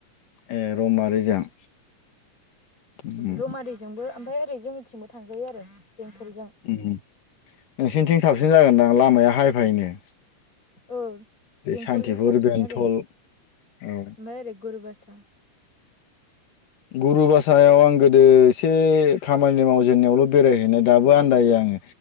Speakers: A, on the left; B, on the left.
A: ए रौमारिजों उम
B: रौमारिजोंबो ओमफ्राय ओरै जोंनिथिंबो थांजायो आरो बेंटलजों।
A: ओम ओम नोंसिनिथिं साबसिन जागोनदां लामायाहाय फायनो
B: औ बेंथलजों
A: सान्थिफुर
B: साबसिन
A: बेंथल
B: आरो ओमफ्राय
A: औ
B: ओरै गुरुबासा
A: गुरुबासायाव आं गोदो एसे खामानि मावजेनन्नायावल' बेरायहैनो दाबो आन्दायो आङो